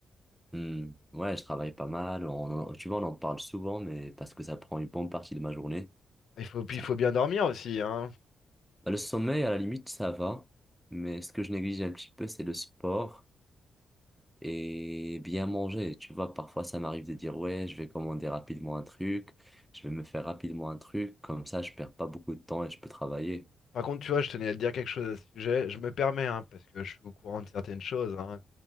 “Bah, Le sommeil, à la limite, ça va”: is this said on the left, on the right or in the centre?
Centre